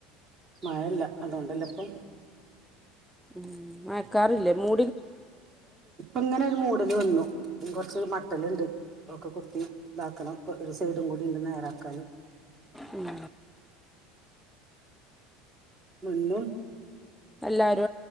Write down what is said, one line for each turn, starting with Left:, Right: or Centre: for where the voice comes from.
Right: മഴല്ല. അതോണ്ടല്ലപ്പം
Centre: ഉം മഴക്കാറില്ലേ മൂ
Right: ഇപ്പങ്ങനെ ഒരു മൂടല് വന്നു. ഉം കൊറച്ച് മട്ടല് ണ്ട്. ഒക്കെ കുത്തി ഇതാക്കണം. ഒരു സൈഡും കൂടി ഉണ്ട് നേരാക്കാന്.
Centre: ഉം
Right: മുന്നും
Centre: എല്ലാരു